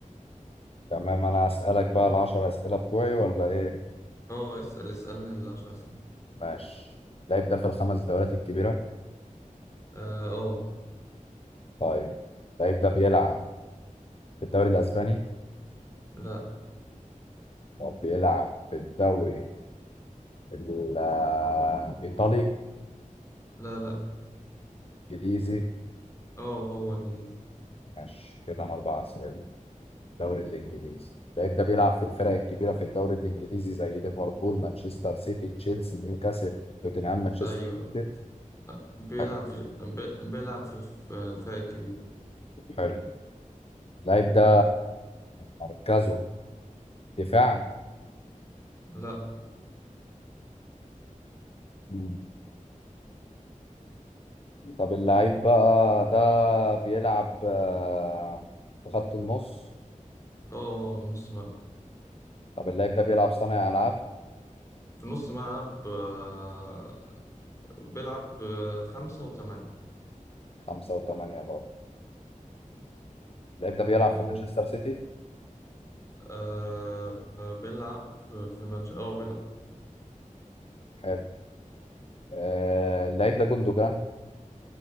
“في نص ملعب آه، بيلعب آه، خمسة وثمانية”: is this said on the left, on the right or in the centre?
Left